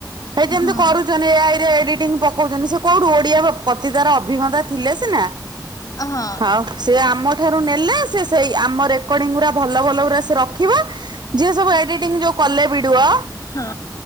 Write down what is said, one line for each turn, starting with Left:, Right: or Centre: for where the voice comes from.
Right: ହେଇ
Left: ହଁ
Right: ଯେମିତି କରୁଛନ୍ତି ଏ ଆଇରେ। ଏଡିଟିଙ୍ଗ ପକଉଛନ୍ତି ସେ କୋଉଠୁ ଓଡିଆ କ ଅ ତାର ଅଭିଜ୍ଞତା ଥିଲେ ସିନା
Left: ହଁ
Right: ଆଉ ସେ ଆମ ଠାରୁ ନେଲେ ସେ ସେଇ ଆମ ରେକର୍ଡିଙ୍ଗ ଗୁଡ଼ା ଭଲ ଭଲ ଗୁଡ଼ା ସେ ରଖିବ ଯିଏ ସବୁ ଏଡିଟିଂ ଯୋଉ କଲେ ବିଡ଼ିଓ
Left: ହଁ।